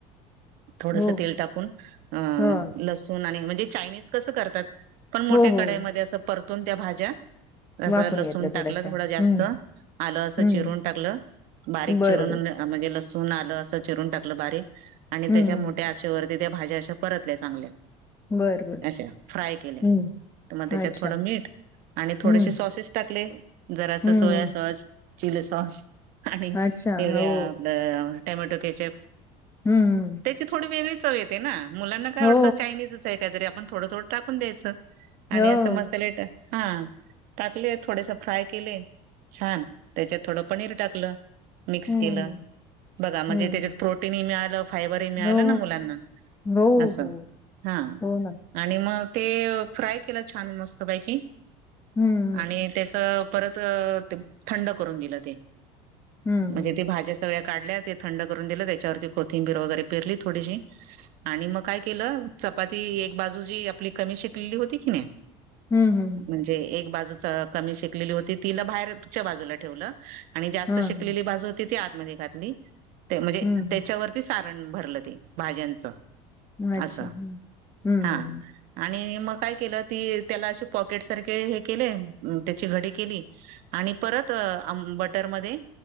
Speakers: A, on the right; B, on the left.
A: थोडस
B: हो
A: तेल टाकून अ
B: हो
A: लसूण आणि म्हणजे चायनीज कसं करतात? पण मोठ्या
B: हो
A: कढईमध्ये
B: हो
A: असं परतून त्या भाज्या असं
B: वाफून
A: लसूण
B: घेतल्या
A: टाकल
B: थोड्याशा
A: थोडा
B: हम्म.
A: जास्त लं अस
B: हम्म.
A: चिरून टाकलं बारीक
B: बरं
A: चिरून
B: बरं.
A: म्हणजे लसूण आलं अस चिरून टाकलं बारीक आणि
B: हम्म.
A: त्याच्या मोठ्या आचेवरती त्या भाज्या अशा परतल्या चांगल्या
B: बरं बरं.
A: तशा फ्राय केल्या.
B: हम्म.
A: तर मग त्याच्यात
B: अच्छा.
A: थोडं मीठ आणि थोडेसे
B: हम्म.
A: सॉसेस टाकले. जरा असं
B: हम्म.
A: सोया सॉस, चिली सॉस आणि
B: अच्छा.
A: हेर्या
B: हो.
A: आपलं टोमॅटो केचप.
B: हम्म..
A: त्याची थोडी वेगळी चव येत आहे ना मुलांना काय
B: हो.
A: वाटतं चायनीजच आहे. काहीतरी आपण थोड, थोड टाकून द्यायचं
B: हो.
A: आणि अस मसाले हा टाकले थोडेस फ्राय केले छान त्याच्यात थोडं पनीर टाकल मिक्स
B: हम्म.
A: केलं बघा म्हणजे
B: हम्म.
A: त्याच्यात प्रोटीनही मिळालं फायबरही मिळालं
B: हो.
A: ना मुलांना
B: हो,
A: असं
B: हो.
A: हा.
B: ना.
A: आणि मग ते फ्राय केलं छान मस्त पैकी
B: हम्म.
A: आणि त्याच परत थंड करून दिलते.
B: हम्म.
A: म्हणजे ती भाज्या सगळ्या काढल्या ते थंड करून दिल त्याच्यावरती कोथिंबीर वगैरे पिरली थोडीशी आणि मग काय केलं चपाती एक बाजूजी आपली कमी शेकलेली होती की नाही
B: <inaudible>
A: म्हणजे एक बाजूच कमी शेकलेली होती तिला बाहेरच्या बाजूला ठेवलं, आणि जास्त
B: हं.
A: शेकलेली बाजूला होती ती आतमध्ये घातली म्हणजे
B: हं. हं. हां, हं. हं,
A: त्याच्यावर, ते सारण भरलं ते भाज्यांचं,
B: अच्छा
A: असं
B: हम्म,
A: हा आणि मग काय केलं ती त्याला असे पॉकेट सारखे हे केले त्याची घडी केली, आणि परत बटर मध्ये